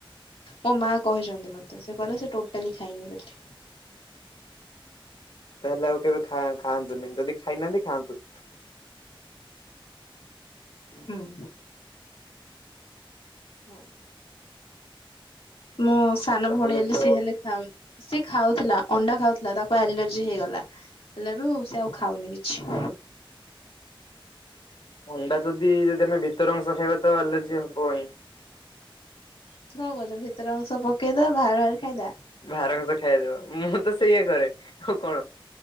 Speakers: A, on the left; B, on the left.
A: ମୋ ମା କହିଛନ୍ତି ମତେ ସେ କହିଲେ ସେ ଟୋଟାଲି ଖାଇନି ବୋଲି।
B: ତାହେଲେ ଆଉ କେବେ ଖା-ଖାଆନ୍ତୁନି ଯଦି ଖାଇନାହାନ୍ତି ଖାଆନ୍ତୁନି।
A: ହୁଁ ହଉଁ ମୋ ସାନ
B: ତାହେଲେ
A: ଭଉଣୀ ହେଲେ
B: ତ
A: ସିଏ ହେଲେ ଖାଉନି ସିଏ ଖାଉଥିଲା ଅଣ୍ଡା ଖାଉଥିଲା ତାକୁ ଆଲର୍ ଜି ହେଇଗଲା ହେଲା ରୁ ସେ ଆଉ ଖାଉନି କିଛି।
B: ଅଣ୍ଡା ଯଦି ଯଦି ଆମେ ଭିତର ଅଂଶ ଖାଇବା ତ ଆଲର୍ଜି ହବଇଁ।
A: ତୁ କଣ କହୁଛ ଭିତର ଅଂଶ ପକେଇଦବା ବାହାରେ ବାହାରେ ଖାଇଦବା।
B: ବାହାର ଅଂଶ ଖାଇଦବା ମୁଁ ତ ସେଇୟଆ କରେ ଆଉ କଣ